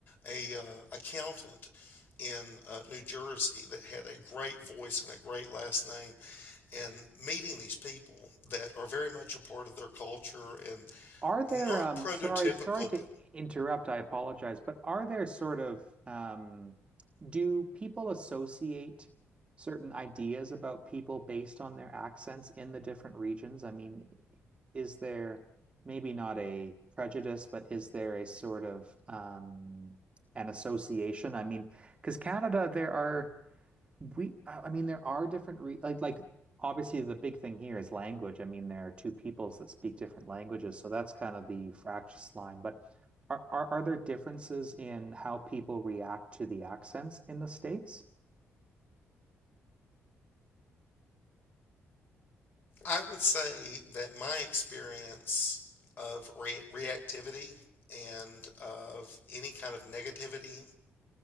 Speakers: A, on the left (about 45°); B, on the right (about 25°).
A: a, a uh, accountant in uh, New Jersey that had a great voice and a great last name, and meeting these people that are very much a part of their culture and
B: Are there
A: not
B: um
A: prototypical,
B: sorry, sorry to
A: but
B: interrupt, I apologize, but are there sort of um do people associate certain ideas about people based on their accents in the different regions? I mean, is there maybe not a prejudice, but is there a sort of um an association? I mean, because Canada, there are We, I I mean, there are different re like like obviously the big thing here is language. I mean, there are two peoples that speak different languages, so that's kind of the fractious line. But are are, are there differences in how people react to the accents in the States?
A: I would say that my experience of re- reactivity and of any kind of negativity,